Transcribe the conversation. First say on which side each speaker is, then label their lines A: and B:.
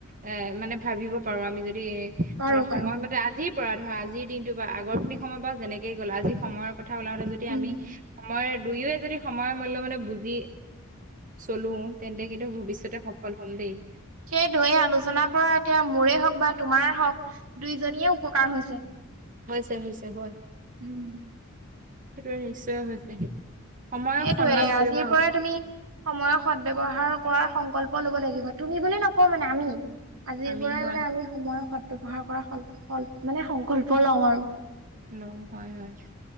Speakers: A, on the right; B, on the right.
A: এ মানে ভাবিব পাৰো আমি যদি ধৰা
B: পাৰো
A: সময়মতে
B: পাৰো
A: আজিৰ পৰা ধৰা আজিৰ দিনটো বা আগৰখিনি সময় বা যেনেকে গ'ল আজি সময় কথা ওলা হতে যদি
B: উম
A: আমি সময় দুয়োৱে যদি সময়ৰ মূল্য মানে বুজি চলো তেন্তে কিন্তু ভৱিষ্যতে সফল হ'ম দেই।
B: সেই ধৈ আলোচনাৰ পৰা এতিয়া মোৰে হওক বা তোমাৰ হওক দুইজনীয়ে উপকাৰ হৈছে।
A: হৈছে হৈছে হয়।
B: উম
A: সেইটোৱে নিশ্চয় হৈছে সময়ক
B: সেইটোয়ে
A: সন্মান কৰিব
B: আজিৰ পৰাই তুমি সময়ৰ সদ ব্যৱহাৰ কৰাৰ সংকল্প ল'ব লাগিব তুমি বুলি নকওঁ মানে আমি। আজিৰ
A: আমি
B: পৰাই
A: হয়
B: মানে আমি সময়ৰ সদব্যৱহাৰ কৰা সং-সংকল্প লম আৰু।
A: ন হয় হয়।